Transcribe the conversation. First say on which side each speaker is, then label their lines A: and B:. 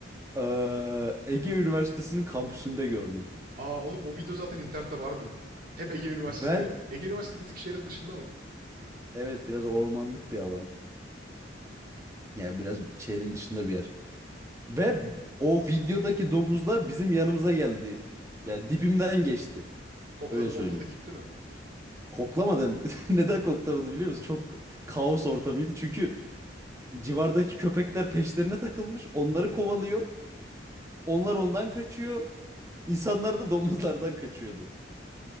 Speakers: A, on the right; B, on the right.
A: Ee, Ege Üniversitesi'nin kampüsünde gördüm.
B: Aa oğlum o video zaten internette vardı. Hep Ege Üniversitesi'ne
A: Ben
B: gördüm. Ege Üniversitesi bir tık şehrin dışında mı?
A: evet biraz ormanlık bir alan. Yani biraz şehrin dışında bir yer. Ve o videodaki domuzlar bizim yanımıza geldi. Yani dibimden geçti.
B: Kokladı
A: Öyle söyleyeyim.
B: mokladı gitti mi?
A: Koklamadan <laughs> neden koklamadı biliyor musun? Çok kaos ortamıydı. Çünkü civardaki köpekler peşlerine takılmış. Onları kovalıyor. Onlar ondan kaçıyor. İnsanlar da domuzlardan kaçıyordu.